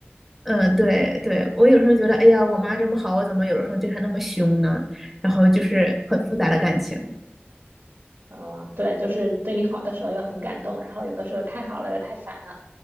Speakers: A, in the centre; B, on the right.
A: 嗯，对对，我有时候觉得，哎呀，我妈这么好，我怎么有的时候对她那么凶呢？然后就是很复杂的感情。
B: 嗯，对，就是对你好的时候又很感动，然后有的时候太好了又太烦了。